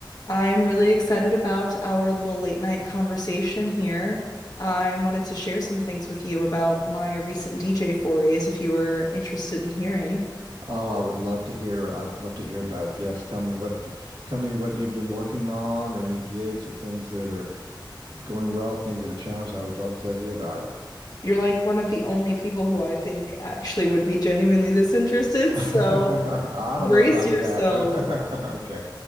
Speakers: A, on the left; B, on the right.
A: I'm really excited about our little late night conversation here. I wanted to share some things with you about my recent DJ forays if you were interested in hearing.
B: Oh, I would love to hear. I'd love to hear about it. Yes, tell me what tell me what you've been working on or any gigs or things that are going well, things that are challenging. I would love to hear about it.
A: You're like one of the only people who I think actually would be genuinely this interested,
B: <laughs> I
A: so brace
B: don't know about
A: yourself.
B: that, but <laughs> okay.